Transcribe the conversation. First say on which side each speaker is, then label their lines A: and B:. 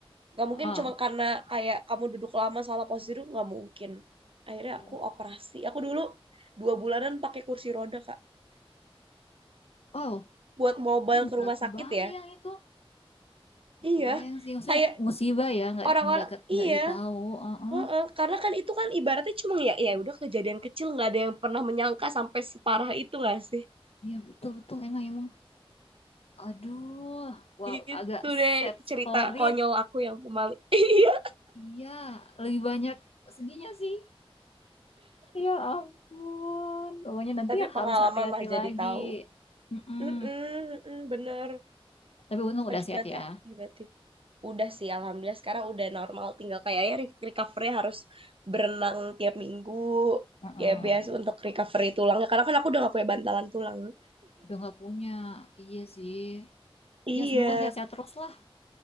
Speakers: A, on the right; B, on the left.
A: gak mungkin
B: ah,
A: cuma karena kayak kamu duduk lama salah posisi duduk nggak mungkin akhirnya
B: oh,
A: aku operasi aku dulu dua bulanan pakai kursi roda kak
B: oh,
A: buat mobile
B: aduh
A: ke
B: nggak
A: rumah sakit
B: kebayang
A: ya
B: itu, nggak
A: iya
B: kebayang sih maksudnya
A: kayak
B: musibah ya nggak
A: orang-orang
B: nggak ke-
A: iya
B: nggak ditahu. Oh, oh.
A: heeh. karena kan itu kan ibaratnya cuma ya ya udah kejadian kecil nggak ada yang pernah menyangka sampai separah itu nggak sih
B: Iya betul betul emang emang. Aduh, wow
A: gitu
B: agak
A: deh
B: sad
A: cerita
B: story.
A: konyol aku yang pemalu <laughs> iya
B: Iya, lebih banyak sedihnya sih. Ya ampun. Pokoknya nanti
A: tapi
B: ya
A: pengalaman
B: harus hati-hati
A: lah jadi
B: lagi.
A: tahu
B: Mm-mm.
A: Mm-mm, mm-mm, bener
B: Tapi untung
A: Kak
B: udah
A: juga
B: sehat
A: hati-hati
B: ya.
A: berarti Udah sih, alhamdulillah sekarang udah normal. Tinggal kayaknya re- recovery harus berenang tiap minggu.
B: Mm-mm.
A: Ya biasa untuk recovery tulangnya. Karena kan aku udah gak punya bantalan tulang.
B: Udah nggak punya. Iya sih.
A: Iya,
B: Ya semoga sehat-sehat terus lah.